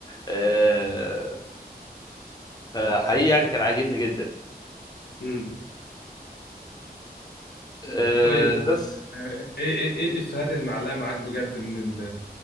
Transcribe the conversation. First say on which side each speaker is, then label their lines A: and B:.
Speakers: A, on the left; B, on the left.
A: آه، فحقيقي يعني كان عاجبني جدا
B: امم
A: آه،
B: طيب و
A: بس
B: آه، ايه ايه ايه الإفيهات اللي معلقة معاك بجد من ال